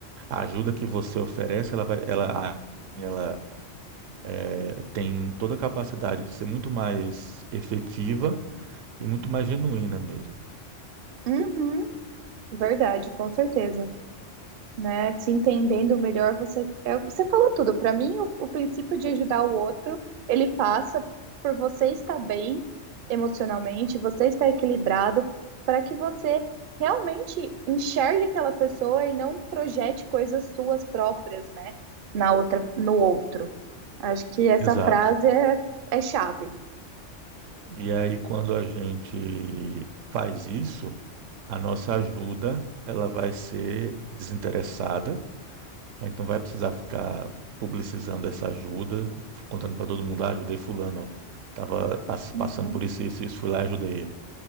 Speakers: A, on the right (about 85°); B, on the right (about 60°).
A: a ajuda que você oferece, ela vai, ela, ela eh, tem toda a capacidade de ser muito mais efetiva e muito mais genuína mesmo.
B: uhum, verdade, com certeza. Né? Se entendendo melhor, você, é, você falou tudo. Para mim, o, o princípio de ajudar o outro, ele passa por você estar bem emocionalmente, você estar equilibrado, para que você realmente enxergue aquela pessoa e não projete coisas suas próprias, né? Na outra, no outro. Acho que essa
A: Exato.
B: frase é, é chave.
A: E aí, quando a gente faz isso, a nossa ajuda ela vai ser desinteressada. A gente não vai precisar ficar publicizando essa ajuda, contando para todo mundo, ah, ajudei fulano, ó, tava as-
B: Uhum.
A: passando por isso, isso, isso, fui lá e ajudei ele.